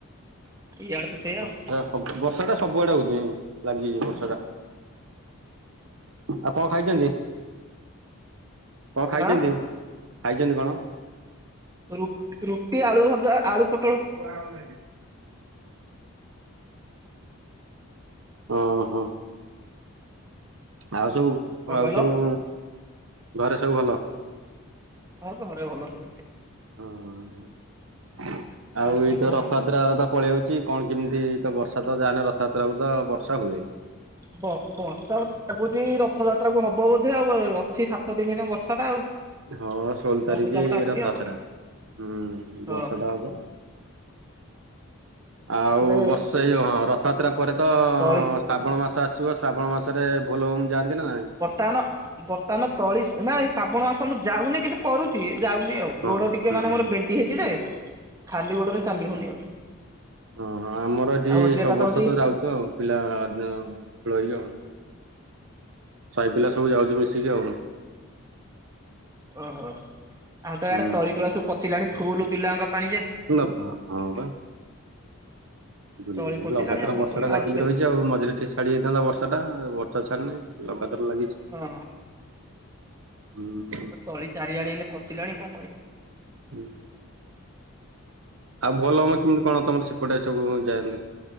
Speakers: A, on the right; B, on the right.
A: ଇଆଡେ ତ ସେଇଆ ଆଉ।
B: <inaudible> ବର୍ଷା ଟା ସବୁଆଡେ ହଉଛି। ଲାଗିଛି ବର୍ଷା ଟା। ଆଉ କଣ ଖାଇଛନ୍ତି? କଣ ଖାଇଛନ୍ତି?
A: ହ୍ୟାଲୋ
B: ଖାଇଛନ୍ତି କଣ?
A: ରୁ ରୁଟି ଆଳୁ ଭଜା ଆଳୁ ପୋ
B: ହଉ ଆଉ ନାଇଁ। ଅ ହଁ ଆଉ ସବୁ
A: କଣ
B: ଆଉ
A: କହିଲ
B: ସବୁ ଘରେ ସବୁ ଭଲ?
A: ହଁ ଘରେ ଭଲ ସବୁ।
B: ହଁ ଆଉ
A: କଣ
B: ଏଇ ତ
A: କୁହ?
B: ରଥଯାତ ଯାତ୍ରା ତ ପଳେଇ ଆଉଛି। କଣ କେମିତି ତ ବର୍ଷା ତ ଯାହାନେ ରଥଯାତ୍ରା ବେଳକୁ ତ ବର୍ଷା ହୁଏ।
A: ବ ବର୍ଷା ମତେ ଲାଗୁଛି ରଥଯାତ୍ରା କୁ ହବ ବୋଧେ ଆଉ। ଆ ଅଛି ସାତ ଦିନରେ ବର୍ଷା ଟା ଆଉ।
B: ହଁ ଷୋଳ
A: ଲଘୁଚାପ
B: ତାରିଖ
A: ଟା ଅଛି
B: ରଥଯାତ୍ରା
A: ଆଉ
B: ହୁଁ
A: ହଁ
B: ବର୍ଷା ଟା ହବ। ଆଉ
A: ହେଲେ
B: ବର୍ଷେଇ ଆଉ, ହଁ ରଥଯାତ୍ରା ପରେ ତ
A: ତଳି
B: ଶ୍ରାବଣ ମାସ ଆସିବ। ଶ୍ରାବଣ ମାସ ରେ ବୋଲବମ୍ ଯାଆନ୍ତି ନା ନାଇଁ?
A: ତାନ ବର୍ତ୍ତମାନ ତଳି ନାଇ ଶ୍ରାବଣ ମାସ ମୁଁ ଯାଉନି, କିନ୍ତୁ କରୁଛି ଯାଉନି ଆଉ।
B: ହଁ
A: ଗୋଡ ଟିକେ
B: ହୁଁ
A: ମାନେ ମୋର
B: ହୁଁ
A: ବିଣ୍ଡି ହେଇଛି ଯେ, ଖାଲି ଗୋଡରେ ଚାଲି ହଉନି ଆଉ।
B: ଓହୋ! ଆମର ଏଠି
A: ଆଉ ହଉଛି ଏଟା
B: ସବୁ ବର୍ଷ
A: ହଉଛି
B: ତ ଯାଉଛୁ ଆଉ। ପିଲା ଏ ଠୁଳ ହେଇକି ଆଉ। ସାଇ ପିଲା ସବୁ ଯାଉଚୁ ମିଶିକି ଆଉ।
A: ଓହୋ! ଆମର ତ ଆଡେ
B: ହୁଁ
A: ତଳିିତଳା ସବୁ ପଚିଲାଣି ଫୁଲ୍ ବିଲାଯାଙ୍କ ପାଣି ଯେ
B: ଫୁଲ ଫ ହଁ ହଁ ବା। ବୁଲ
A: ତଳି ପଚିଲାଣି
B: ଲଗାତାର
A: ଆଉ କଣ
B: ବର୍ଷା
A: କରିବା
B: ଟା ଲାଗିକି
A: ଆଉଥରେ
B: ରହିଛି ଆଉ ମଝିରେ ଟିକେ ଛାଡି ଯାଇଥାନ୍ତା ବର୍ଷା ଟା ବର୍ଷା ଛାଡ଼ିନି ଲଗାତାର ଲାଗିଛି।
A: ହଁ।
B: ହୁଁ।
A: ଏବେ ତ ତଳି ଚାରିଆଡେ ଏଇନେ ପଚିଲାଣି କଣ କରିବ?
B: ହୁଁ। ଆଉ ବୋଲବମ୍ କେମିତି କଣ ତମର ସେପଟେ ସବୁ ଯାଆନ୍ତି?